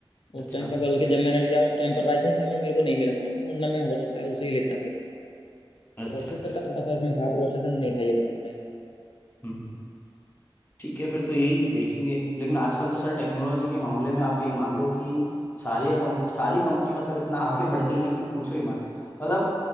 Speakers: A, on the left; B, on the left.
A: अच्छा
B: उस टाइम पर बल्कि जब मैंने लिया उस टाइम पर राइजन सेवन मेरे को नहीं मिला था उसमें वरना मैं हो सकता है उसे ही लेता फिर
A: अच्छा
B: प्रोसेसर
A: अच्छा
B: का थोड़ा सा उसमें था प्रोसेसर नहीं था ये वाला उस टाइम
A: हम्म ठीक है फिर तो यही देखेंगे लेकिन आजकल तो सर टेक्नोलॉजी के मामले में आप ये मान लो कि सारी कम, सारी कंपनी मतलब इतना <laughs> आगे बढ़ गई है कि पूछो ही मत मतलब